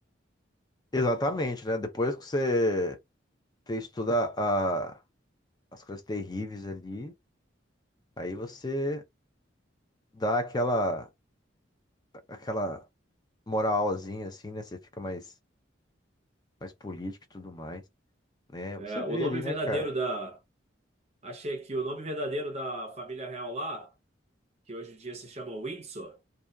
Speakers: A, on the left (about 20°); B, on the right (about 35°).
A: Exatamente, né? Depois que você fez toda a, as coisas terríveis ali, aí você dá aquela, aquela moralzinha assim, né? Você fica mais, mais político e tudo mais, né?
B: É,
A: Você
B: o
A: vê
B: nome
A: ali, né,
B: verdadeiro
A: cara?
B: da. Achei aqui, o nome verdadeiro da família real lá, que hoje em dia se chama Windsor,